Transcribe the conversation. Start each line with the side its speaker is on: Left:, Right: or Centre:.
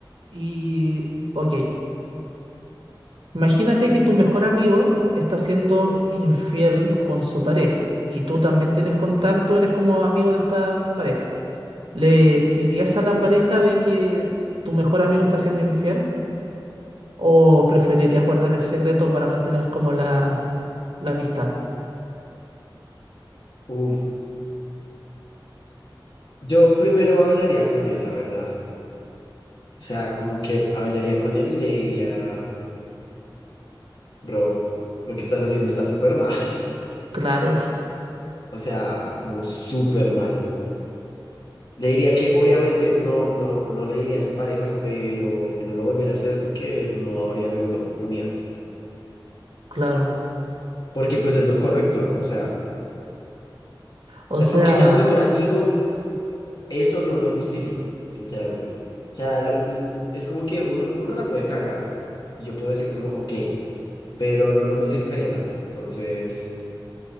Right: Y, ok. Imagínate que tu mejor amigo está siendo infiel con su pareja y tú también tienes contacto, eres como amigo de esta pareja. ¿Le dirías a la pareja de que tu mejor amigo está siendo infiel o preferirías guardar el secreto para mantener como la, la amistad?
Left: uf, yo primero hablaría con él, la verdad. O sea, como que hablaría con él y le diría, bro, lo que estás haciendo está súper mal. <laughs>
Right: Claro,
Left: O sea, como súper mal. Le diría que obviamente no, no, no le diría a su pareja, pero que no lo volviera a hacer porque no habría segunda oportunidad.
Right: <laughs> claro.
Left: Porque pues es lo correcto, ¿no? O sea,
Right: O
Left: ya-
Right: sea,
Left: aunque sea un mejor amigo. Eso no lo justifico, sinceramente. O sea, lo- lo- es como que uno, uno la puede cagar. Y yo puedo decir como, ok, pero no lo justificaría tanto. Entonces,